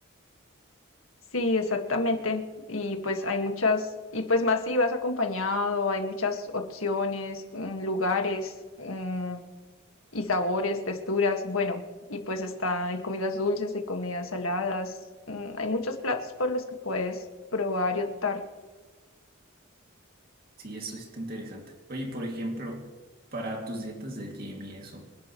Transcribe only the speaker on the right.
Sí, eso está interesante. Oye, por ejemplo, para tus dietas del gym y eso,